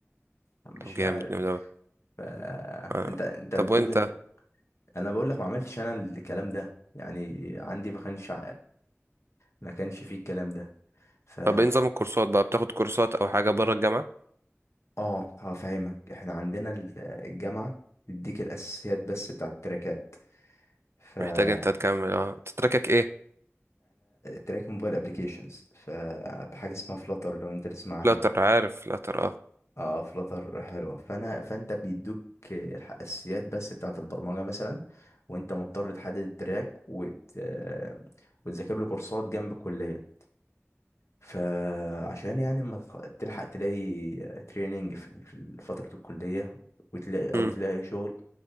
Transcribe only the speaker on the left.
مش
عارف
ف-
انت انت
بتقول
انت انا بقول لك ما عملتش انا الكلام ده يعني عندي ما كانش ما كانش فيه الكلام ده ف
اه هفهمك احنا عندنا ال- الجامعه بتديك الاساسيات بس بتاع التراكات فانا
تراك موبايل ابلكيشنز فبحاجه اسمها فلاتر لو انت تسمع عنها
اه فلاتر حلوه فانا فانت بيدوك الح- الاساسيات بس بتاعه البرمجه مثلا وانت مضطر تحدد التراك وت... آه، وتذاكر له كورسات جنب الكليه فعشان يعني اما تتخ- تلحق تلاقي تريننج في ال- في فترة الكلية وتلاقي أو
تلاقي شغل